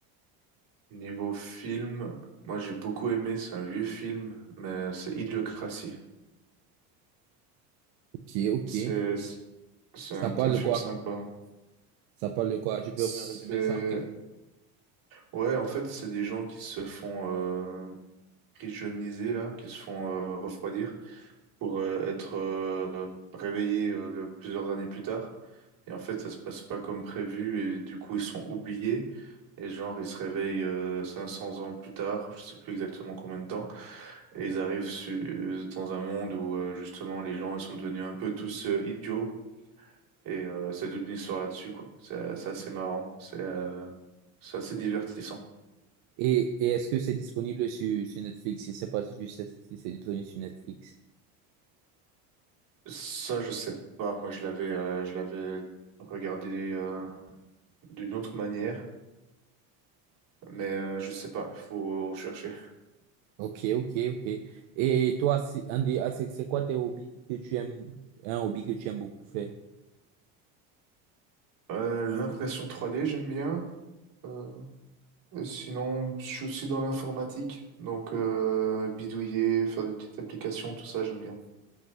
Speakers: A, on the right; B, on the right.
A: Niveau film, moi j'ai beaucoup aimé. C'est un vieux film, mais c'est Idiocratie.
B: Ok, ok.
A: C'est, c'est
B: Ça
A: un,
B: parle
A: un
B: de
A: film
B: quoi?
A: sympa.
B: Ça parle de quoi? Tu peux
A: C'est,
B: me résumer ça en quelques
A: ouais, en fait, c'est des gens qui se font euh, pigeonniser là, qui se font euh, refroidir. pour euh, être euh, réveillés euh, plusieurs années plus tard. Et en fait, ça se passe pas comme prévu et du coup, ils sont oubliés. Et genre, ils se réveillent euh, 500 ans plus tard, je sais plus exactement combien de temps, et ils arrivent su- euh, dans un monde où euh, justement les gens ils sont devenus un peu tous euh, idiots. Et euh, c'est toute une histoire là-dessus, quoi. C'est c'est assez marrant, c'est euh, c'est assez divertissant.
B: Et, et est-ce que c'est disponible sur, sur Netflix? Je sais pas si tu sais si c'est disponible sur Netflix.
A: Ça, je sais pas. Moi, je l'avais euh, je l'avais regardé euh, d'une autre manière. Mais euh, je sais pas, faut rechercher.
B: Ok, ok, ok. Et toi, si- Andy, ah, c'est c'est quoi tes hobbies que tu aimes, un hobby que tu aimes beaucoup faire?
A: Euh, l'impression 3D, j'aime bien. Euh, et sinon, je suis aussi dans l'informatique, donc euh, bidouiller, faire des petites applications, tout ça, j'aime bien.